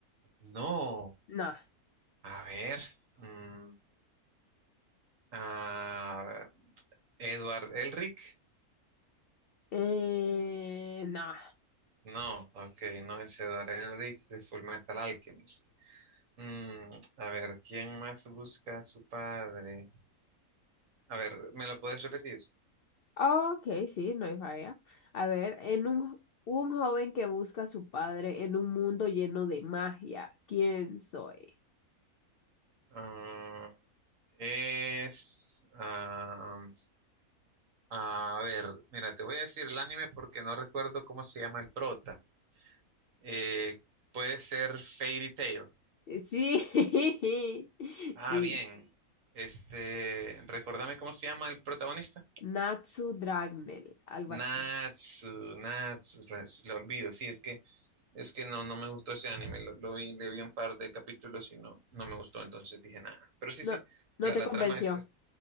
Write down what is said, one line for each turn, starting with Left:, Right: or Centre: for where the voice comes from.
Right: No,
Left: no.
Right: a ver, mm, a Edward Elric.
Left: Eh, no.
Right: No, ok, no es Edward Elric de Full Metal Alchemist. Mm, a ver, ¿quién más busca a su padre? A ver, ¿me lo puedes repetir?
Left: Ok, sí, no hay falla. A ver, en un, un joven que busca a su padre en un mundo lleno de magia. ¿Quién soy?
Right: Ah, es... ah, ah, a ver, mira, te voy a decir el anime porque no recuerdo cómo se llama el prota. Eh, puede ser Fairy Tail.
Left: Eh, Sí, <laughs>
Right: Ah,
Left: sí.
Right: bien. Este, recordame cómo se llama el protagonista.
Left: Natsu Dragnel, algo
Right: Natsu,
Left: así.
Right: Natsu, la- se lo olvido, sí, es que es que no, no me gustó ese anime, lo, lo vi, le vi un par de capítulos y no, no me gustó, entonces dije nada. Pero sí, sí,
Left: No, no
Right: la,
Left: te
Right: la
Left: convenció.
Right: trama es, es-